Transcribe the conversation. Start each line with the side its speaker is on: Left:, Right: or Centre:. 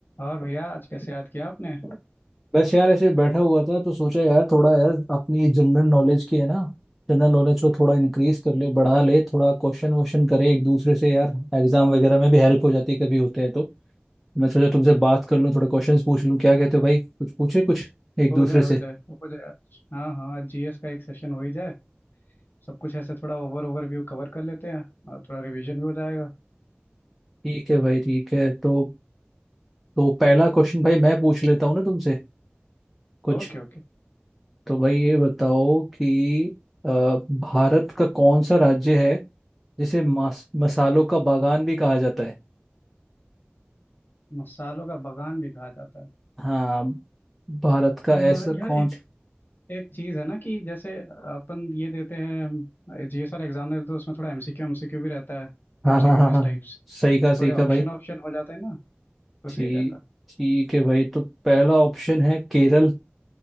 Left: और भैया आज कैसे याद किया आपने
Centre: बस यार ऐसे बैठा हुआ था तो सोचा यार थोड़ा यार अपनी जनरल नॉलेज की है ना जनरल नॉलेज को थोड़ा इंक्रीज कर ले बढ़ा ले थोड़ा क्वेश्चन वोश्चन करे एक दूसरे से यार एग्जाम वगैरह में भी हेल्प हो जाती है कभी होते हैं तो मैं सोचा तुमसे बात कर लूँ थोड़े क्वेश्चंस पूछ लूँ क्या कहते हो भाई कुछ पूछे कुछ एक
Left: हो
Centre: दूसरे
Left: जाए हो
Centre: से
Left: जाए हो जाए आज। हाँ हाँ आज जीएस का एक सेशन हो ही जाए सब कुछ ऐसे थोड़ा ओवर ओवरव्यू कवर कर लेते हैं और थोड़ा रिवीजन भी हो जाएगा
Centre: ठीक है भाई ठीक है तो तो पहला क्वेश्चन भाई मैं पूछ लेता हूँ ना तुमसे कुछ
Left: Okay okay
Centre: तो भाई ये बताओ कि अ, भारत का कौन सा राज्य है जिसे मास मसालों का बागान भी कहा जाता है
Left: मसालों का बगान भी कहा जाता है
Centre: हाँ भारत का
Left: अ,
Centre: ऐसा
Left: यार
Centre: कौन
Left: एक
Centre: सा
Left: एक चीज है ना कि जैसे अपन ये देते हैं जीएस वाला एग्जाम देते हैं तो उसमें थोड़ा एमसीक्यू एमसीक्यू भी रहता है
Centre: हाँ
Left: MCQ
Centre: हाँ हाँ
Left: based
Centre: हाँ
Left: types
Centre: सही कहा सही
Left: थोड़े
Centre: कहा
Left: ऑप्शन
Centre: भाई
Left: ऑप्शन हो जाते हैं ना तो
Centre: ठीक
Left: सही रहता
Centre: ठीक है भाई तो पहला ऑप्शन है केरल